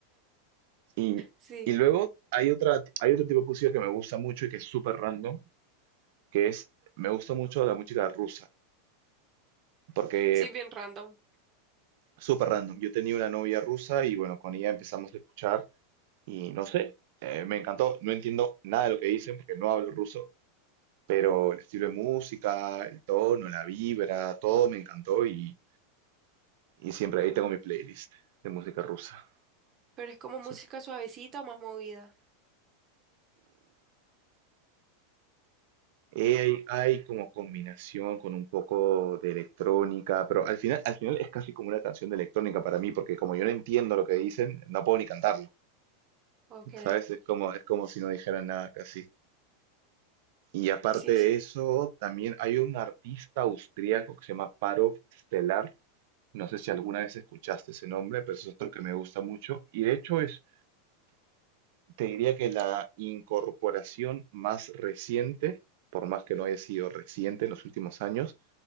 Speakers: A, on the right (about 55°); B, on the right (about 25°).
A: Y,
B: sí.
A: y luego hay, otra, hay otro tipo de música que me gusta mucho y que es súper random, que es, me gusta mucho la música rusa, porque
B: Sí, es bien random.
A: súper random. Yo tenía una novia rusa y bueno, con ella empezamos a escuchar y no sé, eh, me encantó. No entiendo nada de lo que dicen porque no hablo ruso, pero el estilo de música, el tono, la vibra, todo me encantó y, y siempre ahí tengo mi playlist de música rusa.
B: Pero es como música
A: Sí.
B: suavecita o más movida.
A: E Hay como combinación con un poco de electrónica, pero al final, al final es casi como una canción de electrónica para mí, porque como yo no entiendo lo que dicen, no puedo ni cantarlo,
B: Ok.
A: ¿sabes? Es como, es como si no dijeran nada casi. Y aparte
B: Sí,
A: de
B: sí.
A: eso, también hay un artista austriaco que se llama Parov Stelar, no sé si alguna vez escuchaste ese nombre, pero es otro que me gusta mucho. Y de hecho es, te diría que la incorporación más reciente, por más que no haya sido reciente en los últimos años,